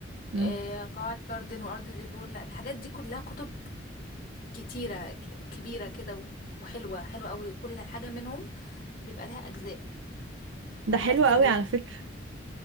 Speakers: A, on the right (about 80°); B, on the left (about 45°).
A: مم.
B: آه، قواعد جاردن وارض ديكور لا الحاجات دي كلها كتب كتيرة ك- كبيرة كده و- وحلوة حلوة قوي كل حاجة منهم بيبقى لها أجزاء
A: ده
B: مملكة
A: حلو قوي
B: البلاد
A: على فكرة